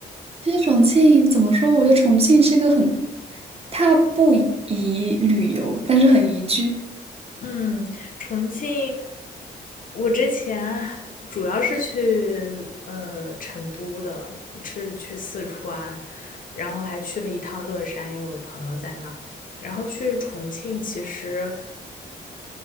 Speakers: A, on the right; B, on the left.
A: 其实重庆怎么说？我觉得重庆是一个很，它不宜旅游，但是很宜居。
B: 嗯，重庆我之前主要是去呃成都的，是去四川，然后还去了一趟乐山，因为我的朋友在那儿然后去重庆，其实